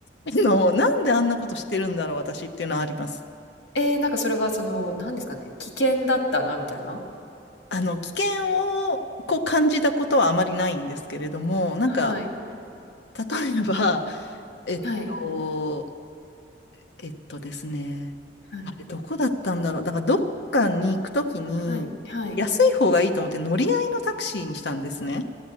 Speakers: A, on the left; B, on the left.
A: あの、なんであんなことしてるんだろう、私っていうのはあります。
B: えー、なんかそれはその、何ですかね、危険だったな、みたいな。
A: あの、危険をこう感じたことはあまりないんですけれども、なんか、
B: はい。
A: 例えば、えっと、
B: はい。
A: えっとですね、
B: はい。
A: あれどこだったんだろう。だからどっかに行くときに安い方がいいと思って乗り合いのタクシーにしたんですね。
B: はい。はい。